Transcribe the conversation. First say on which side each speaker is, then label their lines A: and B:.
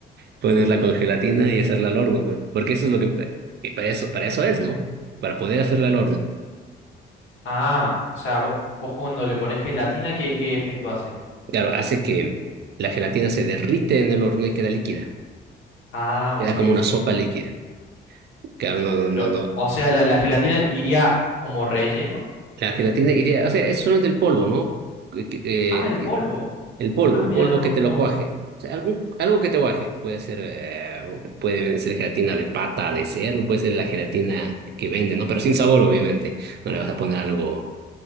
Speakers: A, on the right (about 55°); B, on the left (about 80°).
A: ponerla con gelatina y hacerla al horno, güey. Porque eso es lo que, eh, para eso, para eso es, ¿no? Para poder hacerla al horno.
B: Ah, o sea, vos, vos cuando le pones gelatina, ¿qué, qué efecto hace?
A: Claro, hace que la gelatina se derrite en el horno y queda líquida.
B: Ah,
A: Queda
B: ok,
A: como una
B: ok.
A: sopa líquida. Claro, no, no,
B: Pero,
A: no. no.
B: o sea, la, la gelatina iría como relleno.
A: La gelatina iría, o sea, es solamente el polvo, ¿no? Que- que,
B: Ah, el
A: Eh,
B: polvo.
A: El polvo,
B: Ah,
A: el
B: mira,
A: polvo
B: no,
A: que te
B: no.
A: lo cuaje. O sea, algo algo que te cuaje. Puede ser, eh, puede ser gelatina de pata, de cerdo, puede ser la gelatina que venden, ¿no? Pero sin sabor, obviamente. No le vas a poner algo,